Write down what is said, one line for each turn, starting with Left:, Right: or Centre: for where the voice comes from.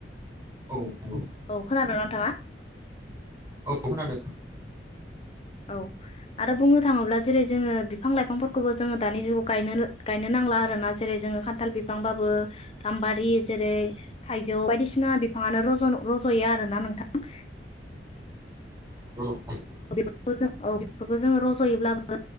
Right: औ नंगौ
Left: औ खोनादोंना नोंथाङा?
Right: औ खोनादों।
Left: औ। आरो बुंनो थाङोब्ला जेरै जोङो बिफां लाइफांफोरखौबो जोङो दानि जुगावायनो गायनो -गायनो नांला आरोना जेरै जोङो‌ खान थाल बिफांबाबो गाम्बारि जेरै थाइजौ बायदिसिना बिफाङानोज र'जनो रज'यो आरो ना नोंथां
Right: <unintelligible>
Left: जों औ बेफोरखौ जोङो रज'योब्लाबो